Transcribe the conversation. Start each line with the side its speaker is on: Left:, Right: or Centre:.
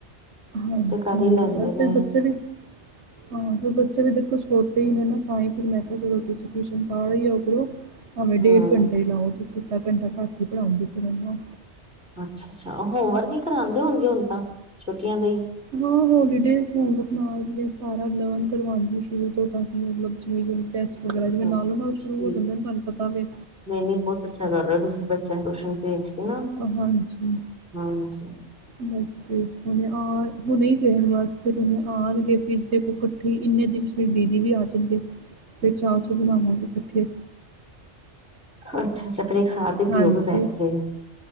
Right: ਹਾਂਜੀ
Centre: ਤੇ ਕਰ ਹੀ
Right: ਹਾਂਜੀ
Centre: ਲੈਂਦੇ
Right: ਬਸ
Centre: ਨੇ
Right: ਫਿਰ ਬੱਚੇ ਵੀ ਹਾਂ ਫੇਰ ਬੱਚੇ ਵੀ ਦੇਖੋ ਛੋਟੇ ਹੀ ਨੇ ਨਾ ਖਾਏ ਫਿਰ ਮੈਂ ਕਿਹਾ ਚਲੋ ਤੁਸੀਂ ਟਿਊਸ਼ਨ ਪਾਇਉ ਕਰੋ। ਭਾਵੇ ਡੇਢ
Centre: ਹੂੰ
Right: ਘੰਟੇ ਹੀ ਲਾਓ ਤੁਸੀਂ ਅਧਾ ਘੰਟਾ ਘਟ ਹੀ ਪੜਾਉਂਦੇ ਪੇ ਨੇ ਨਾ
Centre: ਅੱਛਾ ਅੱਛਾ ਹੋਮ ਵਰਕ ਹੀ ਕਰਾਉਂਦੇ ਹੋਣਗੇ ਹੁਣ ਤਾਂ ਛੁੱਟੀਆਂ ਦ ਹੀ।
Right: ਹਾਂ ਹੋਲੀਡੇਜ਼ ਹੋਮਵਰਕ ਨਾਲ ਜਿਵੇਂ ਸਾਰਾ ਲਰਨ ਕਰਵਾਉਂਦੀ ਏ। ਸ਼ੁਰੂ ਤੋਂ ਤਾਂ ਕਿ ਮਤਲਬ ਜਿਵੇਂ ਟੈਸਟ
Centre: ਹੂੰ
Right: ਵਗੈਰਾ ਜਿਵੇਂ
Centre: ਹੂੰ
Right: ਨਾਲੋਂ ਨਾਲ
Centre: ਠੀਕ
Right: ਸ਼ੁਰੂ ਹੋ ਜਾਂਦੇ ਨੇ। ਤੁਹਾਨੂੰ ਪਤਾ ਵੇ
Centre: ਨਹੀਂ ਨਹੀਂ ਬਹੁਤ ਅੱਛਾ ਕਰ ਰਹੇ ਤੁਸੀਂ ਬੱਚਿਆਂ ਨੂੰ ਟਿਊਸ਼ਨ ਭੇਜ ਕੇ ਨਾ।
Right: ਹਾਂਜੀ।
Centre: ਹਾਂਜੀ
Right: ਬਸ ਫੇਰ ਆ ਹੁਣੇ ਆਣ ਹੁਣੇ ਗਏ ਬਸ ਫੇਰ ਹੁਣੇਆਉਣਗੇ ਫਿਰ ਦੇਖੋ ਇਕੱਠੇ ਇੰਨੇ ਦਿਨ। ਫਿਰ ਦੀਦੀ ਵੀ ਆ ਜਾਂਦੇ। ਫਿਰ ਚਾਹ ਚੂ ਬਣਾਵਾਂਗੇ ਕਠੇ
Centre: ਅੱਛਾ ਅੱਛਾ ਫਿਰ ਇੱਕ ਸਾਥ। ਹੀ ਪੀਓਗੇ
Right: ਹਾਂਜੀ
Centre: ਬੈਠ ਕੇ